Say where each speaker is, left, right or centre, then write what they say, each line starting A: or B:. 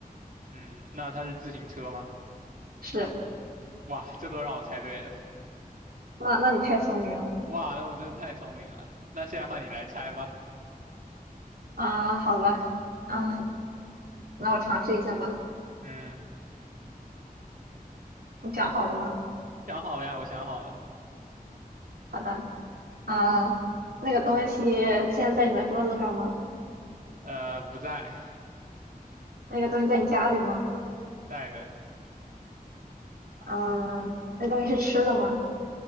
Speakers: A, on the right; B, on the right.
A: 嗯，那它是自行车吗？
B: 是，
A: 哇，这都让我猜对了。
B: 那那你太聪明了
A: 哇，那我真的太聪明了。那现在换你来猜吧。
B: 啊，好吧，啊，
A: 嗯
B: 那我尝试一下吧，
A: 嗯，
B: 你讲好了吗？
A: 想好了呀，我想好了。
B: 好的，啊，那个东西现在在你的桌子上吗？
A: 呃，不在，
B: 那个东西在你家里吗？
A: 在的。
B: 啊，那东西是吃的吗？